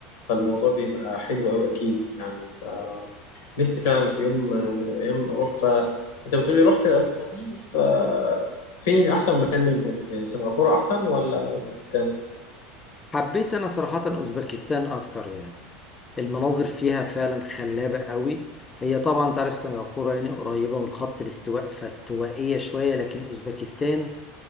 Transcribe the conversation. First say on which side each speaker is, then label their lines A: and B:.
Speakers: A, on the left; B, on the left.
A: فالموضوع بيبقى حلو أوي أكيد يعني ف نفسي فعلا في يوم من الأيام أروح ف أنت بتقولي رحت الأماكن دي ف فين أحسن مكان منهم يعني سنغافورة أحسن ولا أوزبكستان؟
B: حبيت انا صراحة اوزبكستان اكتر يعني المناظر فيها فعلا خلابة قوي هي طبعا تعرف سنغافورة يعني قريبة من خط الاستواء فاستوائية شوية لكن اوزبكستان